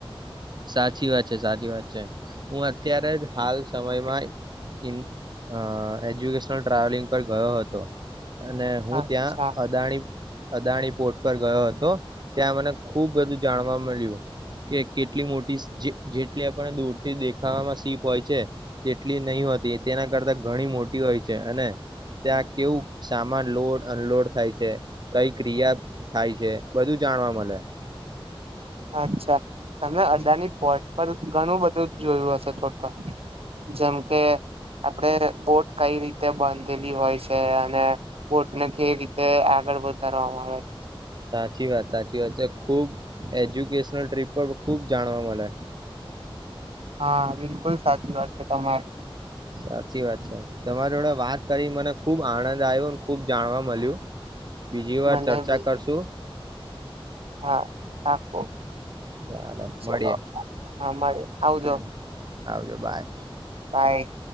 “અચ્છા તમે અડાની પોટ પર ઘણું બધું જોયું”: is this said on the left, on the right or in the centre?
Right